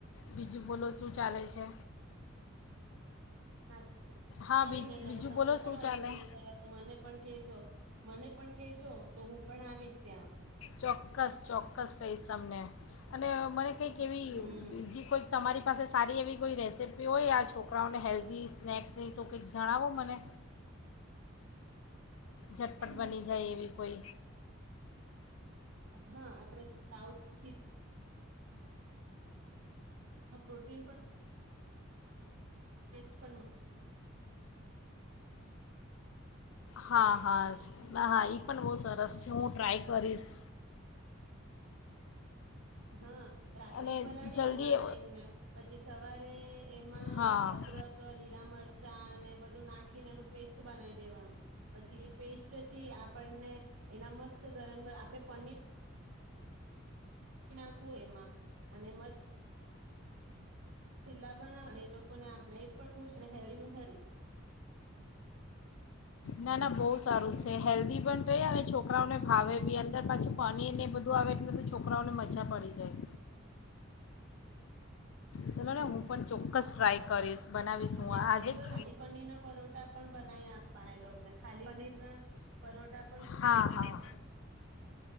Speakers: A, on the left (about 65°); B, on the right (about 75°).
A: બીજું બોલો શું ચાલે છે?
B: હા.
A: હા
B: કઈ
A: બીજ
B: નહી
A: બીજું
B: હવે તમે
A: બોલો
B: જાઓ
A: શું ચાલે
B: સ્વિમિંગ કરવા તો મને પણ કેજો. મને પણ કેજો તો હું પણ આવીશ ત્યાં.
A: ચોક્કસ-ચોક્કસ કહીશ. તમને અને મને કેક એવી
B: હમ
A: બીજી કોઈક તમારી પાસે સારી એવી કોઈ રેસીપી હોય આ છોકરાઓને હેલ્ધી સ્નેક્સની તો કેક જણાવો મને. ઝટપટ
B: નહી હું
A: બની જાય એવી કોઈ
B: હા આપણે <unintelligible> <unintelligible> પ્રોટીન પણ ટેસ્ટ પણ મ
A: હા હા ના હા એ પણ બહુ સરસ છે. હું ટ્રાય કરીશ.
B: હા. રાત્રે
A: અને
B: પલાડી
A: જલ્દી
B: દેવાના એમને પછી સવારે એમાં
A: હા
B: અદરક લીલા મર ચા ને બધું નાખી ને એનું પેસ્ટ બનાવી દેવાનું પછી એ પેસ્ટ થી આપણને એના મસ્ત ગરમ ગ આપડે પની નાખવું એમાં અને મ થીલા બનાવને એ લોકોને આપ એ પણ ખુશ હેરી નું હેરી.
A: ના ના બહુ સારું છે. હેલ્ધી પણ રહે અને છોકરાઓને ભાવે બી. અંદર પાછું પનીર એ બધું આવે એટલે તો છોકરાઓને મજા પડી જાય. ચલો ને હું પણ ચોક્કસ ટ્રાય કરીશ. બનાવીશ
B: પનીર
A: હું
B: બગ
A: આજે જ
B: <inaudible> ખાલી પનીર ના પરોટા પણ બનાવી આપવાના એ લોકો. ખાલી પનીર ના પરોટા. પણ ખુબ
A: હા
B: સરસ
A: હા
B: લાગે.